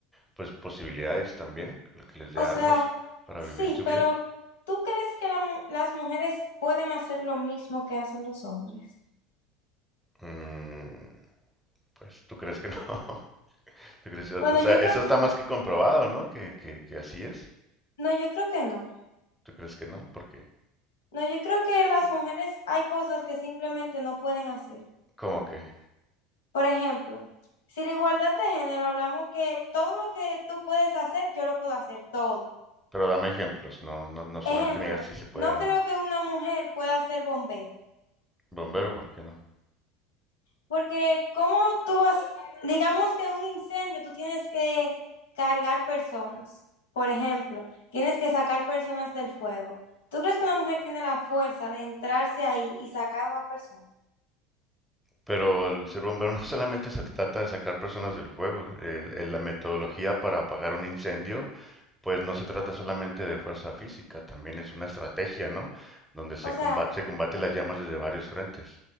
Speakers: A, in the centre; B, on the left.
A: pues posibilidades también, lo que les
B: O
A: dé armas
B: sea,
A: para
B: sí,
A: vivir su
B: pero
A: vida.
B: ¿tú crees que la mu- las mujeres pueden hacer lo mismo que hacen los hombres?
A: Mm, pues tú crees que no. <laughs> ¿Tú crees, o,
B: Bueno,
A: o sea,
B: yo
A: eso
B: creo que
A: está más
B: no.
A: que comprobado, ¿no? Que, que, que así es.
B: No, yo creo que no.
A: ¿Tú crees que no? Porque,
B: No, yo creo que las mujeres hay cosas que simplemente no pueden hacer.
A: ¿cómo que?
B: Por ejemplo, si la igualdad de género hablamos que todo lo que tú puedes hacer, yo lo puedo hacer todo.
A: Pero dame ejemplos, no, no, no solamente
B: Ejemplo,
A: me digas si se puede
B: no
A: o no.
B: creo que una mujer pueda ser bombero,
A: Bombero, ¿por qué no?
B: porque cómo tú vas, digamos que un incendio, tú tienes que cargar personas, por ejemplo, tienes que sacar personas del fuego. ¿Tú crees que una mujer tiene la fuerza de entrarse ahí y sacar a una persona?
A: Pero el ser bombero no <laughs> solamente se trata de sacar personas del fuego. El- el- la metodología para apagar un incendio, pues no se trata solamente de fuerza física, también es una estrategia, ¿no? Donde se
B: O sea,
A: combate, se combate las llamas desde varios frentes.